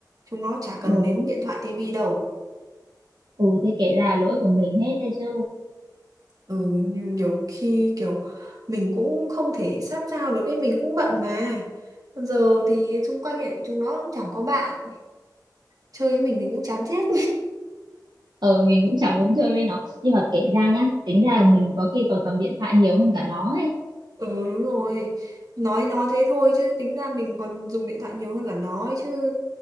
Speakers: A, on the right; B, on the right.
A: chúng nó chả cần
B: ừ
A: đến điện thoại tivi đâu
B: ừ, thế kể ra là lỗi của mình hết đấy chứ
A: ừ nhiều, nhiều khi kiểu mình cũng không thể sát sao được cái mình cũng bận mà giờ thì xung quanh ấy, chúng nó cũng chẳng có bạn chơi với mình thì cũng chán chết
B: ờ mình cũng chẳng muốn chơi với nó nhưng mà kể ra nhá tính ra là mình có khi còn cầm điện thoại nhiều hơn cả nó ấy
A: Ừ đúng rồi Nói nó thế thôi chứ tính ra mình còn dùng điện thoại nhiều hơn cả nó ấy chứ